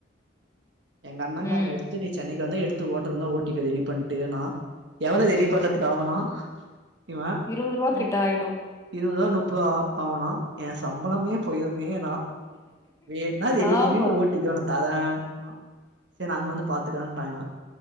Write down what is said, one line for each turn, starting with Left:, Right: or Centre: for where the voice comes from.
Right: எங்க அண்ணாங்கார
Left: ம்
Right: எடுத்து நீ சென்னைக்கு வந்து எடுத் எடுத்து ஓட்டரதுனா ஓட்டிக்க ரெடி பண்ணிட்டுனா எவ்ளோ ரெடி பண்றதுக்கு ஆவுன்னா இவே
Left: இருவது ரூவா
Right: ம்
Left: கிட்ட ஆயிடு
Right: இருவதோ முப்பதோ ஆவுனா எயா சம்பளமே போயிருமேனா வேண்னா ரெடி
Left: ஆமா
Right: பண்ணிட்டு ஓட்டிக்கோ நா தரேன்னா சேரி அங்க வந்து பாத்துக்றேன்டா இவே